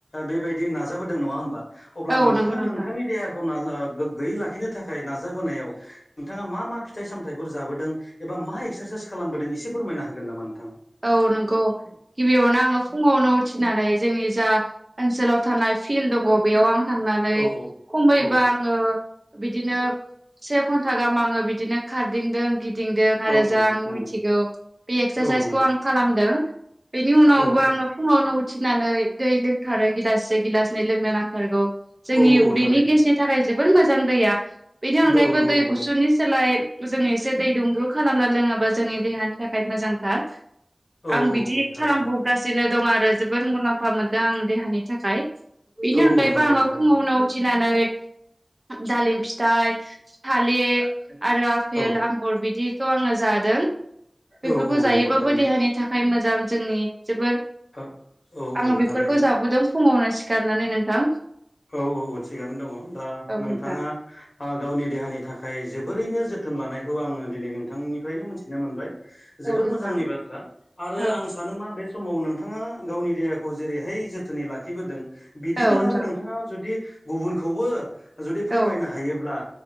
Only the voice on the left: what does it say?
बेबायदि नाजाबोदों नङा होमबा अब्ला
नोंथाङा
नोंथांनि देहाखौ ना ओ गोग्गोयै लाखिनो थाखाय नाजाबोनायाव नोंथाङा मा मा फिथाइ-सामथायफोर जाबोदों एबा मा एक्सारसाइस साइस खालामबोदों एसे फोरमायनो हागोन नामा? नोंथाङा
औ औ
औ
औ औ
नंगौ
औ नंगौ
औ औ
औ औ
थारैनो
औ औ
औ
औ
औ थारैनो
औ
औ थारैनो
थारैनो
औ
औ औ
नंगौ। थारैनो
औ औ
औ
थारैनो
औ औ औ थिगानो दङ दा
नोंथाङा
आ गावनि देहानि थाखाय जोबोरैनो जोथोन लानाय दिनै नोंथांनिफ्रायनो मिथिनो मोनबाय। जोबोर
मोजांनि बाथ्रा आरो
आं सानो मा बे समाव नोंथाङा गावनि देहाखौ जेरैहाय जोथोनै लाखिबोदों बिदिनो
आरो नोंथ जुदि गुबुनखौबो जुदि फोरमायनो
हायोब्ला